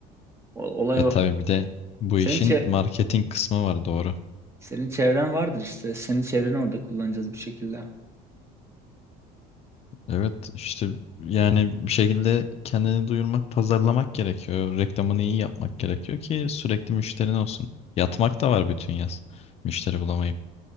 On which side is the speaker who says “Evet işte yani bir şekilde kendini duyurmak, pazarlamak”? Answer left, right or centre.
Left